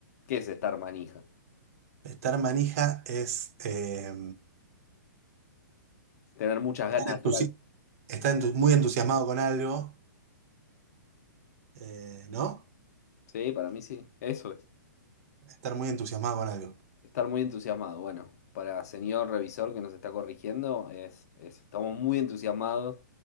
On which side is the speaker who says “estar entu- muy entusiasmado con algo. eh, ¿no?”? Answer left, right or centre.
Right